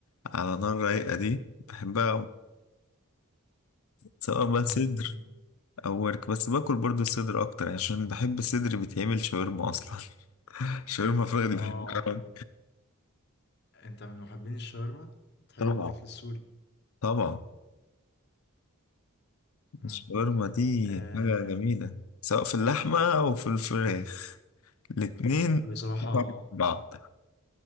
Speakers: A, on the left; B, on the left.
A: على نار رايقة دي بحبها أوي. سواء بقى
B: مم.
A: صدر
B: مم.
A: او ورك بس باكل برضو صدر اكتر يعني، عشان بحب الصدر بيتعمل شاورما اصلا <laughs> شاورما فراخ دي
B: آه
A: بحبها أوي.
B: أنت من محبين الشاورما؟ بتحب
A: طبعا
B: الأكل السوري؟
A: طبعا
B: مم.
A: الشاورما دي
B: آه
A: حاجة جميلة سواء في اللحمة أو في الفراخ الاتنين
B: بصراحة
A: طعم بعض